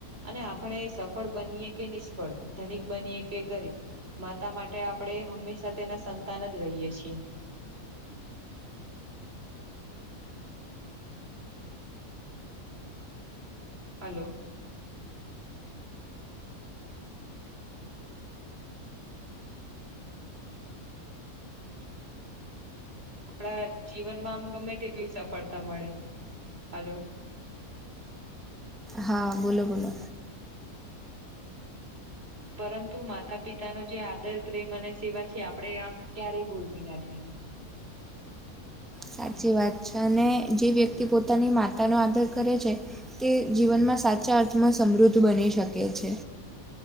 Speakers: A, on the right; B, in the centre.
A: અને આપણે સફળ બનીએ કે નિષ્ફળ ધનિક બનીએ કે ગરીબ માતા માટે આપણે હંમેશા તેના સંતાન જ રહીએ છીએ. હલો. આપડા જીવનમાં આમ ગમે તેટલી સફળતા મળે હલો
B: હા બોલો બોલો
A: પરંતુ માતા પિતા ના જે આદર પ્રેમ અને સેવા છે આપણેે આમ ક્યારેય ભૂલવી ના જોઈએ.
B: સાચી વાત છે અને જે વ્યક્તિ પોતાની માતાનો આદર કરે છે તે જીવનમાં સાચા અર્થમાં સમૃદ્ધ બની શકે છે